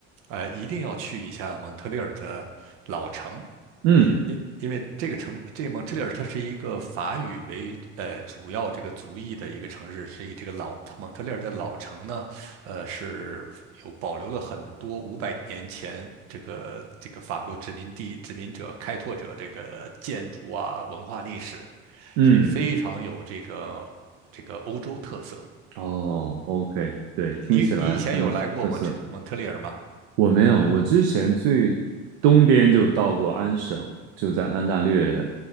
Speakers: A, on the right (about 45°); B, on the right (about 85°).
A: 呃一定要去一下蒙特利尔的老城
B: 嗯
A: 因因为这个城，这个蒙特利尔，它是一个法语为呃主要这个族裔的一个城市，所以这个老蒙特利尔的老城呢，呃是有保留了很多五百年前这个这个法国殖民地殖民者开拓者这个建筑啊文化历史，
B: 嗯，
A: 所以非常有这个这个欧洲特色。
B: 哦，OK，对，听起来很有特色。
A: 你你以前有来过蒙特蒙特利尔吗？
B: 我没有，我之前最东边就到过安省，就在安大略